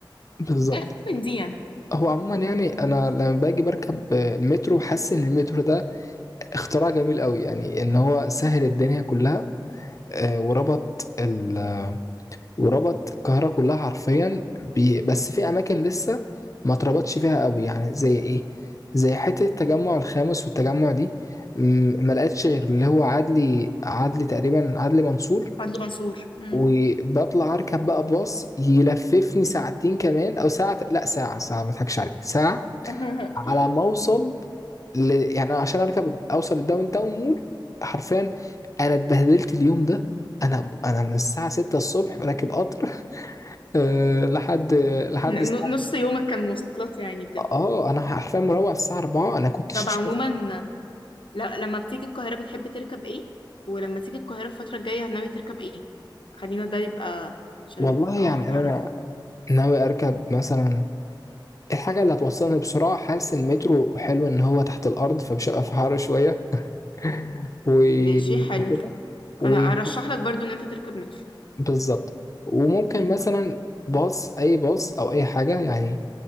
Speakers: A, on the left (about 40°); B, on the left (about 80°).
A: بالظبط
B: اف من دي يعني
A: هو عموما يعني انا لما باجي بركب المترو حاسس ان المترو ده اختراع جميل قوي يعني ان هو سهل الدنيا كلها آه، وربط ال... وربط القاهره كلها حرفيا بي... بس في اماكن لسه ما اتربطش فيها قوي يعني زي ايه زي حته التجمع الخامس والتجمع دي م- ما لقيتش غير اللي هو عدلي عدلي تقريبا عدلي منصور
B: عدلي منصور مم.
A: وبطلع اركب بقى باص يلففني ساعتين كمان او ساعه لا ساعه ساعه ما اضحكش عليك ساعه
B: <laughs>
A: على ما اوصل ل... يعني أنا عشان اركب اوصل الداون تاون مول حرفيا انا اتبهدلت اليوم ده انا انا من الساعه 6 الصبح راكب قطر <laughs> أه لحد لحد
B: ن-
A: الساعه
B: نص يومك كان مواصلات يعني بجد
A: اه انا حرفيا مروح الساعه 4 انا كنتش
B: طب
A: مش
B: عموما
A: شايف-
B: ل- لما بتيجي القاهرة بتحب تركب ايه ولما تيجي القاهرة الفترة الجاية ناوي تركب ايه خلينا ده يبقى عشان
A: والله يعني
B: اه نعرف
A: انا ناوي اركب مثلا الحاجه اللي هتوصلني بسرعه حاسس إن المترو حلو ان هو تحت الارض فمش هبقى في حر شويه <laughs> و-
B: ماشي حلو
A: وكده و-
B: انا ارشح لك برضو ان انت تركب مترو
A: بالظبط وممكن مثلا باص اي باص او اي حاجه يعني